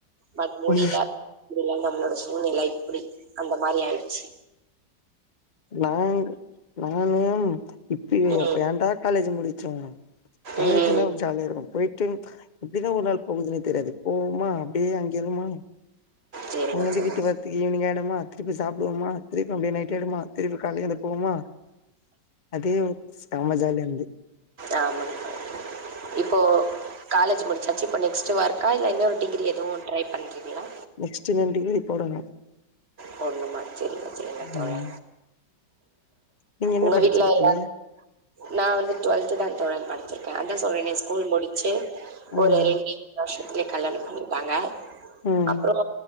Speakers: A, on the right (about 35°); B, on the left (about 35°).
A: பட் முடில
B: ம்
A: இப்டிலா நம்ளோட சூழ்நில இப்டி அந்த மாரி ஆயிருச்சு
B: நான் நான்னு இப்ப
A: ம்
B: எப்ப ஏன்டா காலேஜ் முடி ச்சோ காலேஜ்னா
A: ம்
B: ஜாலியா இருக்கு போயிட்டு எப்டிதா ஒரு நாள் போகுதுன்னே தெரியாது போவுமா அப்டே அங்கே இருமா
A: சேரிங்க
B: அங்கந்து
A: சேரிங்க
B: வீட்டு வர்த்துக்கு ஈவ்னிங் ஆய்டுமா திருப்பி சாப்டுவோமா திருப்பி அப்டே நைட் ஆய்டுமா திருப்பி கால்ல எலுந்து போவ்மா அதே ஒரு சம ஜாலியாயிந்து
A: ஆமாங்க இப்போ காலேஜ் முடி ச்சாச்சி இப்ப நெக்ஸ்ட்டு ஒர்க்கா இல்ல இன்னொரு டிகிரி எது ட்ரை பண்றீங்ளா
B: நெக்ஸ்ட்டு இன்னொன் டிகிரி போடனு
A: போட்ணுமா சேரிங்க சேரிங்க தோழா
B: ம் நீங்க என்ன
A: உங்க
B: படிச்சிருக்கீங்க
A: வீட்ல எல்லாரு நா வந்து டுவெல்த்து தா தோழா படு ச்சுருக்க அதா சொல்றனே ஸ்கூல் முடிச்சு
B: ம்
A: ஒரு ரெண்டு <inaudible> வருஷத்துலயே கல்யாணம் பண்ணிட்டாங்க
B: ம்
A: அப்பறோ